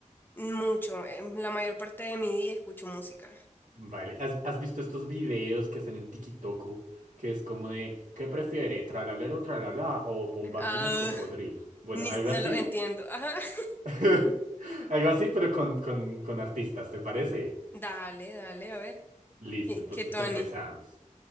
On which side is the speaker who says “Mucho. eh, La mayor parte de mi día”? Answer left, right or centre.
Left